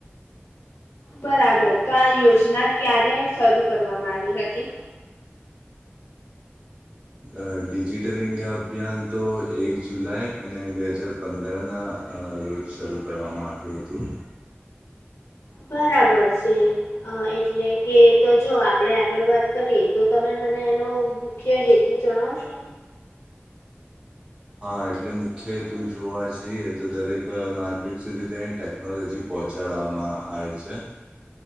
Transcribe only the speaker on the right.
અ ડિજિટલ ઇન્ડિયા અભિયાન તો એક જુલાઈ અને બે હજાર પંદરના રોજ શરૂ કરવામાં આવ્યું હતું.
હા એટલે મુખ્ય હેતુ જોવા જઈએ તો દરેક નાગરિક સુધી તટે ટેકનોલોજી પહોંચાડવામાં આવે છે.